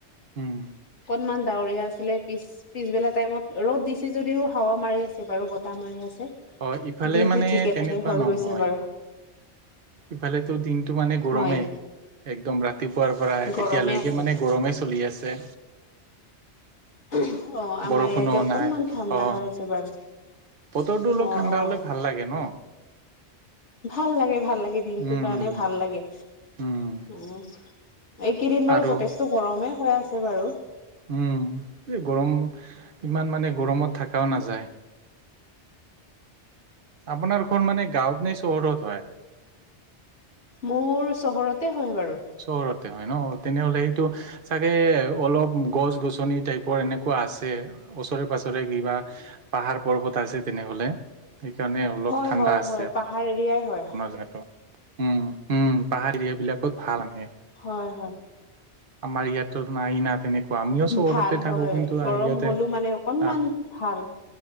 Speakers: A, on the right; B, on the left.
A: উম
B: অকনমান ডাৱৰীয়া আছিলে পিছ পিছবেলা টাইমত ৰ'দ দিছে যদিও হাৱা মাৰি আছে বাৰু ব বতাহ মাৰি আছে
A: অ ইফালে
B: দিনটো
A: মানে
B: ঠিকে
A: তেনেকুৱা
B: থাকে হৈ
A: নহয়
B: গৈছে বাৰু।
A: ইফালেতো দিনতটো মানে গৰমেই
B: হয়
A: একদম ৰাতিপুৱাৰ পৰা
B: গৰমে
A: এতিয়ালৈকে
B: আছে
A: মানে গৰমেই চলি আছে।
B: অ'
A: বৰষুণো
B: আমাৰ ইয়াতে অকনমান
A: নাই
B: ঠাণ্ডা
A: অ
B: হৈ আছে বাৰু।
A: বতৰটো অলপ
B: অ
A: ঠাণ্ডা
B: অ
A: হলে ভাল লাগে ন?
B: ভাল লাগে ভাল লাগে দিনটোৰ
A: উম
B: কাৰণে
A: উম
B: ভাল লাগে
A: উম
B: উম এইকেইদিন বাৰু
A: আৰু
B: যথেষ্ট গৰমে হৈ আছে বাৰু।
A: উম এই গৰম ইমান মানে গৰমত থাকাও নাযায়। আপোনাৰ ঘৰৰ মানে গাঁৱত ন চহৰত হয়?
B: মোৰ চহৰতে। হয় বাৰু
A: চহৰতে হয় ন। তেনেহ'লে সেইটো চাগে অলপ গছ গছনি টাইপৰ এনেকুৱা আছে ওচৰে পাজৰে। উছলে কিবা পাহাৰ পৰ্বত আছে তেনেহলে সেইকাৰণে অলপ
B: হয়
A: ঠাণ্ডা
B: হয়
A: আছে।
B: হয় পাহাৰ এৰিয়াই হয়
A: মাজাটো উম উম পাহাৰীয়া বিলাকত ভাল আহে
B: হয় হয়।
A: আমাৰ ইয়াতো নাই না তেনেক আমিও চহৰতে
B: ভাল
A: থাকো
B: হয়
A: কিন্তু
B: গৰম
A: ইয়াতে
B: হলো মানে অকনমান
A: আ
B: ভাল